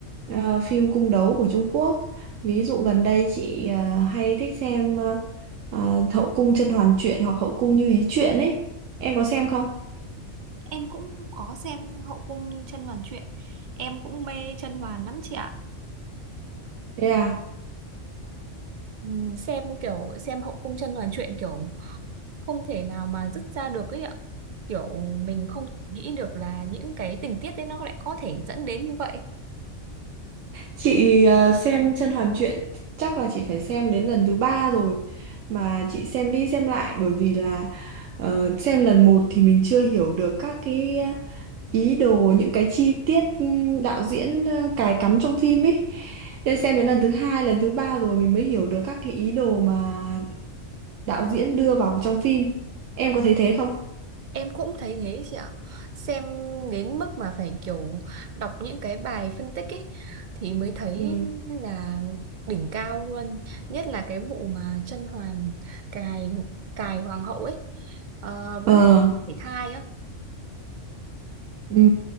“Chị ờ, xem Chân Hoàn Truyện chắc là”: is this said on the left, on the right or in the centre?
Right